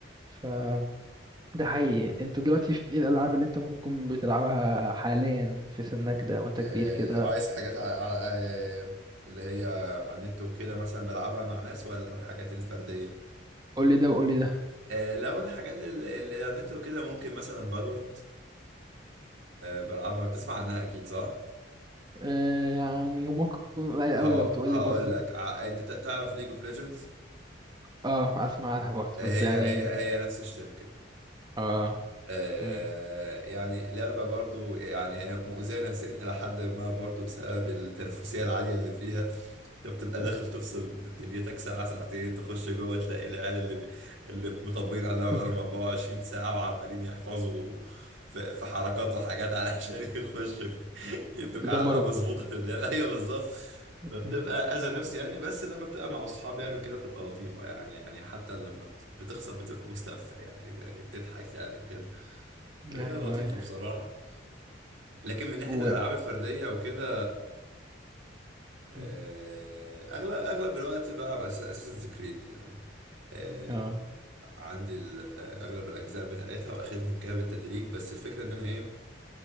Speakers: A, on the right (about 20°); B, on the right (about 80°).
A: ف ده حقيقي
B: فاهم.
A: انت دلوقتي في ايه الالعاب اللي انت ممكن تكون بتلعبها حاليا في سنك ده وانت
B: آه،
A: كبير كده
B: عايز حاجات ع- ع- آه، اللي هي على النت وكده مثلا بلعبها مع ناس ولا الحاجات الفرديه
A: قول لي ده وقول لي ده
B: آه، لو الحاجات اللي اللي على النت وكده ممكن مثلا فالورانت بلعبها بتسمع عنها اكيد صح
A: آه يعني ممكن تكون قليل قوي
B: ه-
A: لو تقول
B: هقول
A: لي برضه
B: لك ع- انت ت- تعرف ليج اوف ليجندز
A: اه اسمع عنها برضه
B: هي
A: بس يعني
B: هي هي نفس الشركة
A: اه
B: آه،
A: مم.
B: يعني لعبة برضو يعني هي مؤذية نفسيا إلى حد ما برضو بسبب التنافسية العالية اللي فيها أنت بتبقى
A: مم.
B: داخل تفصل من دنيتك ساعة ساعتين تخش جوه تلاقي العيال اللي بي... اللي مطبقين على
A: <laughs>
B: اللعبة بقالهم 24 ساعة وعمالين يحفظوا في, في حركات وحاجات علشان <laughs> يخشوا يدوك
A: يدمروك
B: علقة مظبوطة في اللعبة أيوه بالظبط فبتبقى
A: مم.
B: أذى نفسي يعني بس لما بتبقى مع أصحاب يعني وكده بتبقى لطيفة يعني يعني حتى لما بت- بتخسر بتبقى مستمتع يعني يعني بتضحك يعني وكده هي
A: ايوه
B: لطيفة
A: ايوه
B: بصراحة لكن من ناحية
A: و
B: الألعاب الفردية وكده آه،
A: مم.
B: أغلب أغلب الوقت بلعب أساسنز كريد يعني آه،
A: اه
B: عندي ال- آه، أغلب الأجزاء بتاعتها وأخدهم كده بالتدريج بس الفكرة إن أنا إيه